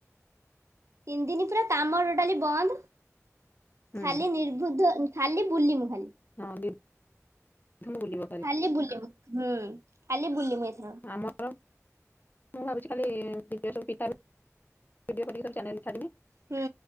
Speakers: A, on the right; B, on the left.
A: ତିନି ଦିନ ପୁରା କାମ ଟୋଟାଲି ବନ୍ଦ।
B: ହୁଁ
A: ଖାଲି ନିର୍ବୁଦ୍ଧ ଖାଲି ବୁଲିମୁ ଖାଲି।
B: ହଁ ଦି <unintelligible> ବୁଲିବ <unintelligible>
A: ଖାଲି ବୁଲିମୁ। ହୁଁ ଖାଲି ବୁଲିମୁ ଏଥର।
B: ଆମର। ମୁଁ ଭାବୁଛି ଖାଲି ଭିଡ଼ିଓ ସବୁ ପିଠା ଭିଡ଼ିଓ କରିକି ସବୁ ଚ୍ୟାନେଲରେ ଛାଡ଼ିମି।
A: ହୁଁ